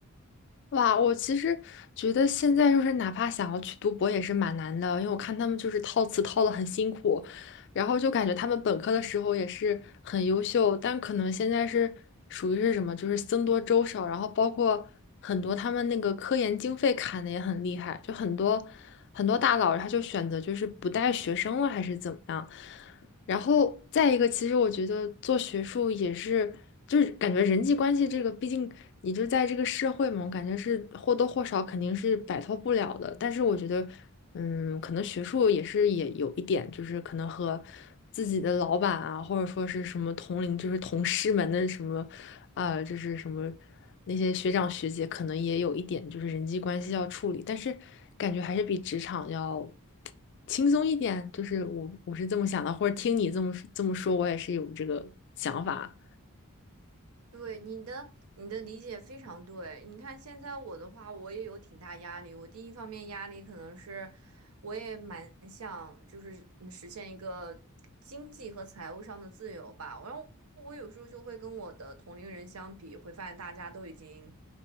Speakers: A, on the left; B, on the right.
A: 哇，我其实觉得现在就是哪怕想要去读博也是蛮难的，因为我看他们就是套词套的很辛苦，然后就感觉他们本科的时候也是很优秀，但可能现在是属于是什么，就是僧多粥少，然后包括很多他们那个科研经费砍的也很厉害，就很多很多大佬他就选择就是不带学生了还是怎么样，然后再一个，其实我觉得做学术也是，就是感觉人际关系这个，毕竟你就在这个社会嘛，我感觉是或多或少肯定是摆脱不了的。但是我觉得，嗯，可能学术也是也有一点，就是可能和自己的老板啊，或者说是什么同龄，就是同事们的什么啊，就是什么那些学长学姐可能也有一点就是人际关系要处理，但是感觉还是比职场要轻松一点。就是我我是这么想的，或者听你这么这么说，我也是有这个想法。
B: 对你的你的理解非常对。你看现在我的话，我也有挺大压力。我第一方面压力可能是，我也蛮想就是嗯实现一个经济和财务上的自由吧。然后我有时候就会跟我的同龄人相比，会发现大家都已经